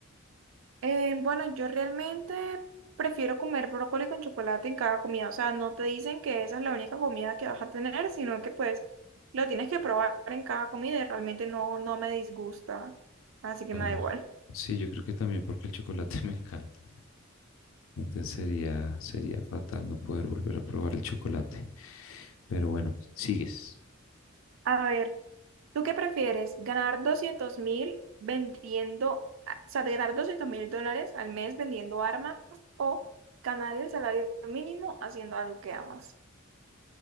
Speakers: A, on the right (about 70°); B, on the left (about 70°).
A: Eh, bueno, yo realmente prefiero comer brócoli con chocolate en cada comida. O sea, no te dicen que esa es la única comida que vas a tener, sino que pues lo tienes que probar en cada comida y realmente no, no me disgusta. Así que
B: Claro.
A: me da igual.
B: Sí, yo creo que también porque el chocolate <laughs> me encanta. Entonces sería, sería fatal no poder volver a probar el chocolate. Pero bueno, sigues,
A: A ver, ¿tú qué prefieres? ¿Ganar doscientos mil vendiendo, a- o sea, de ganar doscientos mil dólares al mes vendiendo armas o ganar el salario mínimo haciendo algo que amas?